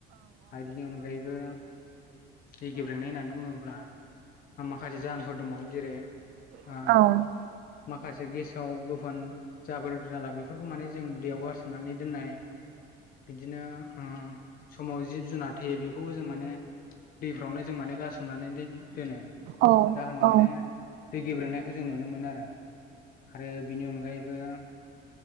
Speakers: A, on the left; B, on the right.
A: आरो बिनि अनगायैबो दै गेब्रेंनाय होननानै बुङोब्ला माखासे जाहोनफोर दंबावो जेरै
B: औ
A: आ माखासे गेसाव गोफान जाबोर जाला बेफोरखौ माने जों दैयाव गारसोमनानै दोननाय बिदिनो ओ समाव जिब जुनार थैयो बेखौबो जों माने दैफोराववनो जों माने गारसोमनानै दो- दोनो
B: औ
A: जाहोनाव
B: औ
A: माने दै गेब्रेनायखौ जों नुनो मोनो आरो आरो बेनि अनगायैबो